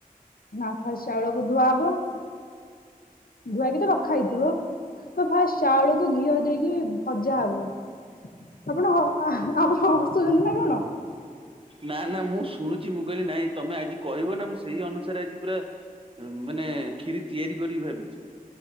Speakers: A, on the left; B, on the right.
A: ନା, ଫାଷ୍ଟ ଚାଉଳକୁ ଧୁଆହବ। ଧୁଆହେଇକି ତ ରଖା ହେଇଥିବ। ତ, ଫାଷ୍ଟ ଚାଉଳକୁ ଘିଅ ଦେଇକି ଭଜା ହବ। ଆପଣ, ଆପଣ ହସୁଛନ୍ତି ନା କଣ?
B: ନା, ନା, ମୁଁ ଶୁଣୁଛି ମୁଁ କହିଲି ନାଇଁ ତମେ ଆଜି କହିବ ନା! ମୁଁ ସେଇ ଅନୁସାରେ ଆଜି ପୁରା ମାନେ ଖିରି ତିଆରି କରିକି ଭାବିଛି।